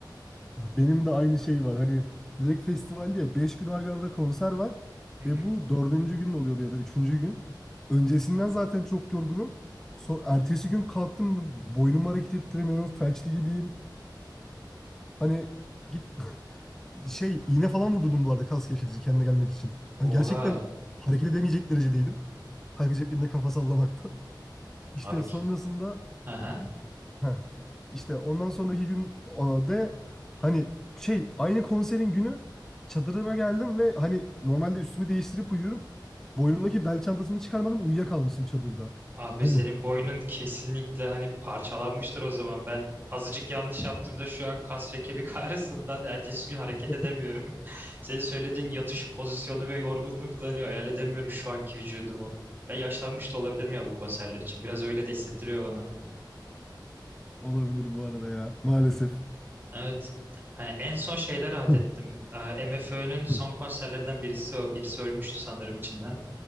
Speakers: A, in the centre; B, on the right (about 25°).
A: Benim de aynı şey var. Hani direkt festivalde ya 5 gün arda arda konser var
B: Hı hı.
A: ve bu dördüncü gün oluyordu ya da üçüncü gün. Öncesinden zaten çok yorgunum. So ertesi gün kalktım boynumu hareket ettiremiyorum. Felçli gibiyim. Hani git <laughs> şey iğne falan vurdurdum bu arada kas gevşetici kendime gelmek için. Hani
B: Oha.
A: gerçekten hareket edemeyecek derecedeydim. Halbuki cep yerine kafa sallamaktan. <laughs> İşte
B: Abi,
A: sonrasında
B: ki- aha.
A: Heh. İşte ondan sonraki gün a, de hani şey aynı konserin günü çadırıma geldim ve hani normalde üstümü değiştirip uyuyorum. Boynumdaki bel çantasını çıkarmadan uyuyakalmışım çadırda.
B: Abi
A: Hani
B: senin boynun kesinlikle hani parçalanmıştır o zaman. Ben azıcık yanlış yaptığımda şu an kas ve kemik <laughs> ağrısından ertesi gün hareket
A: <laughs>
B: edemiyorum. <laughs> Senin söylediğin yatış pozisyonu ve yorgunlukla hani hayal edemiyorum şu anki vücudumu. Ya yaşlanmış da olabilirim ya bu konserler için. Biraz öyle de hissettiriyor bana.
A: olabilir bu arada ya maalesef.
B: Evet. Hani en son şeyde rahat
A: <laughs>
B: ettim.
A: Hı.
B: Ee, MFÖ'nün son
A: Hı.
B: konserlerinden birisi o. Birisi ölmüştü sanırım içinden.